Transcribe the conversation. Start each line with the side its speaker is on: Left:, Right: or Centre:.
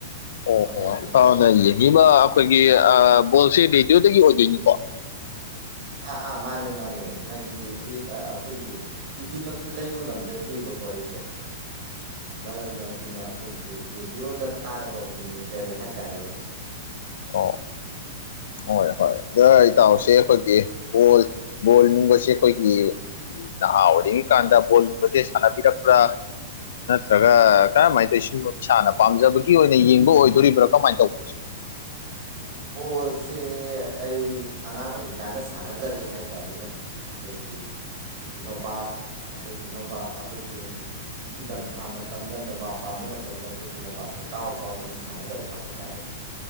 Left: ꯑꯣ
Right: ꯃꯔꯝꯗꯨꯅ
Left: ꯑꯣ ꯏꯐꯥꯎꯅ
Right: ꯑꯩꯈꯣꯏꯒꯤ
Left: ꯌꯦꯡꯉꯤꯕ ꯑꯩꯈꯣꯏꯒꯤ ꯕꯣꯜꯁꯤꯗꯤ ꯑꯗꯨꯗꯒꯤ ꯑꯣꯏꯗꯣꯏꯅꯤꯀꯣ
Right: ꯑꯥ ꯑꯥ ꯃꯥꯅꯦ ꯃꯥꯅꯦ ꯍꯥꯏꯗꯤ ꯍꯧꯖꯤꯛ ꯑꯩꯈꯣꯏꯒꯤ ꯇꯤꯚꯃꯛꯇꯤ ꯂꯩꯕ ꯉꯝꯖꯗ꯭ꯔꯤꯕ ꯀꯣꯏꯁꯦ ꯃꯔꯝꯅ ꯑꯗꯨꯅ ꯑꯩꯈꯣꯏꯒꯤ ꯔꯦꯗꯤꯑꯣꯗ ꯊꯥꯔꯒ ꯑꯣꯏꯅ ꯌꯦꯡꯖꯔꯦ ꯍꯥꯏꯇꯥꯔꯦꯅꯦ
Left: ꯑ ꯍꯣꯏ ꯍꯣꯏ ꯑꯗ ꯏꯇꯥꯎꯁꯦ ꯑꯩꯈꯣꯏꯒꯤ ꯕꯣꯜ ꯕꯣꯜ ꯅꯨꯡꯕꯁꯦ ꯑꯩꯈꯣꯏꯒꯤ ꯅꯍ ꯑꯣꯏꯔ ꯀꯥꯟꯗ ꯣꯂꯅꯨꯡꯕꯁꯦ ꯁꯥꯟ ꯄꯔ ꯄꯨꯔꯥ ꯅꯠꯇ꯭ꯔꯒ ꯀꯔꯝꯃꯥꯏꯅ ꯇꯧꯋ ꯁ ꯏꯁꯥꯅ ꯄꯥꯝꯖꯕꯒꯤ ꯑꯣꯏꯅ ꯌꯦꯡꯕ ꯑꯣꯏꯗꯣꯔꯤꯕ꯭ꯔꯥ ꯀꯃꯥꯏꯅ ꯇꯧꯕꯅꯣ ꯁꯤꯕꯣ <inaudible>
Right: ꯐꯕꯣꯜꯁꯦ ꯑꯩ ꯑꯉꯥꯡ ꯑꯣꯏꯔꯤꯀꯥꯟꯗ ꯁꯥꯟꯅꯖꯔꯛꯑꯦ ꯍꯥꯏꯇꯥꯔꯦꯅꯦ ꯑꯩꯈꯣꯏꯒꯤ ꯅꯣꯕꯥꯞ ꯑꯩꯈꯣꯏꯒꯤ ꯅꯣꯕꯥꯞ ꯑꯩꯈꯣꯏꯒꯤ ꯏꯪꯊꯝꯊꯥ ꯃꯇꯝꯗ ꯅꯣꯕꯥꯞ ꯄꯥꯟꯕ ꯃꯇꯝꯗ ꯑꯩꯈꯣꯏꯒꯤ ꯅꯣꯕꯥꯁꯦ ꯀꯥꯎ ꯀꯥꯎꯗꯅ ꯁꯥꯟꯅꯖꯔꯛꯄ ꯍꯥꯏꯇꯥꯔꯦꯅꯦ